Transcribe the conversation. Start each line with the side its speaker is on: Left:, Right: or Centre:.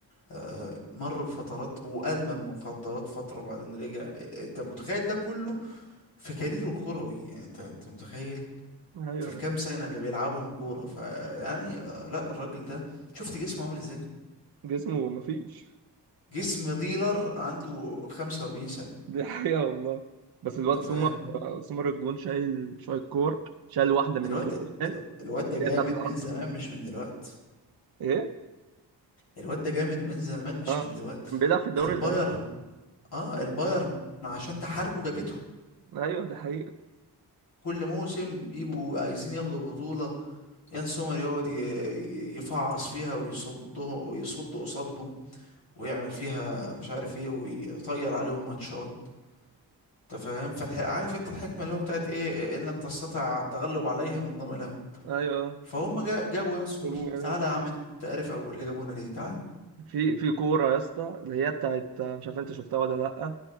Left: آه، مر بفترات وأدمن مخدرات فترة وبعدين رجع آه، آه، طب وتخيل ده كله في كاريره الكروي يعني انت انت متخيل
Right: ايوه
Left: في الكام سنة اللي بيلعبهم كورة فيعني آه، لا الراجل ده شفت جسمه عامل ازاي
Right: جسمه مفيش
Left: جسم ديلر عنده 45 سنة
Right: دي حقيقة والله بس الواد
Left: انت فاهم
Right: سومر سومر الجون شايل شايل كور شايل واحدة من
Left: الواد
Right: لامين
Left: ده
Right: يامال
Left: الو- الواد ده جامد
Right: اللي هي بتاعت الأرض.
Left: من زمان مش من دلوقت
Right: ايه
Left: الواد ده جامد من زمان مش
Right: اه
Left: من دلوقت
Right: بيلعب في الدوري
Left: البايرن
Right: الألماني
Left: اه البايرن عشان تحاربه جابته
Right: ايوه دي حقيقة
Left: كل موسم يجوا عايزين ياخدوا البطولة يان سومر يقعد ي- ي- يفعص فيها ويصده يصد قصادهم ويعمل فيها مش عارف ايه ويطير عليهم ماتشات انت فاهم فالح... عارف انت الحكمه اللي هو بتاعت ايه ان لم تستطع التغلب عليهم انضم لهم
Right: ايوه
Left: فهم جا... جابوا يان سومر
Right: جابوه يا ناس.
Left: تعالى يا عم انت عارف او اللي جابونا ليه تعال
Right: في في كورة يا اسطى اللي هي بتاعت مش عارف انت شفتها ولا لأ